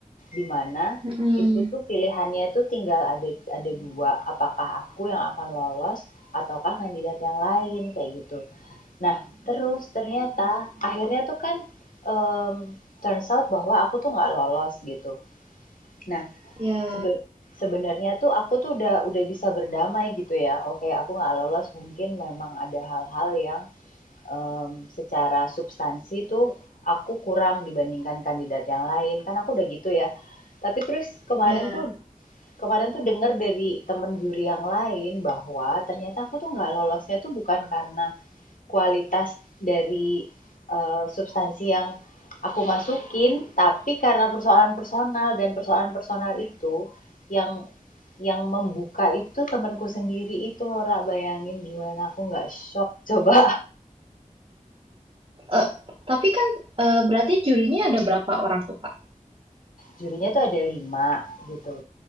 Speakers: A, on the left; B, on the right.
A: dimana
B: Mm-mm.
A: itu tuh pilihannya tuh tinggal ada ada dua apakah aku yang akan lolos ataukah kandidat yang lain kayak gitu nah terus ternyata akhirnya tuh kan um, turns out bahwa aku tuh nggak lolos gitu nah
B: Ya,
A: sebe sebenarnya tuh aku tuh udah udah bisa berdamai gitu ya oke aku nggak lolos mungkin memang ada hal-hal yang em, secara substansi tuh aku kurang dibandingkan kandidat yang lain kan aku udah gitu ya tapi terus kemarin
B: ya.
A: tuh kemarin tuh dengar dari temen juri yang lain bahwa ternyata aku tuh nggak lolosnya tuh bukan karena kualitas dari eh, substansi yang aku masukin tapi karena persoalan personal dan persoalan personal itu yang yang membuka itu temanku sendiri itu loh, ra bayangin gimana aku nggak shock coba
B: Eee, tapi kan, eee, berarti jurinya ada berapa orang tuh, Kak?
A: jurinya tuh ada lima gitu.